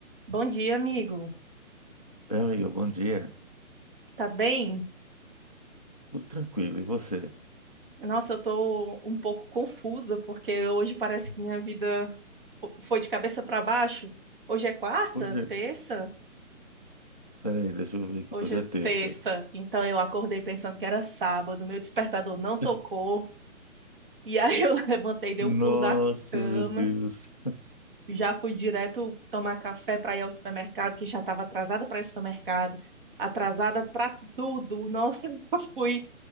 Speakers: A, on the right (about 40°); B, on the left (about 30°).
A: Bom dia, amigo.
B: Meu amigo, bom dia.
A: Tá bem?
B: Tudo tranquilo, e você?
A: Nossa, eu tô um pouco confusa porque hoje parece que minha vida fo- foi de cabeça para baixo. Hoje é quarta,
B: Hoje, é-
A: terça?
B: peraí, deixa eu ver aqui.
A: Hoje
B: Hoje
A: é
B: é terça.
A: terça. Então eu acordei pensando que era sábado, meu despertador não tocou.
B: <laughs>
A: E aí <laughs> eu levantei, dei
B: Nossa,
A: um pulo da cama,
B: meu Deus.
A: já fui direto tomar café para ir ao supermercado, que já estava atrasada para ir ao supermercado, atrasada para tudo. Nossa, <laughs> eu fui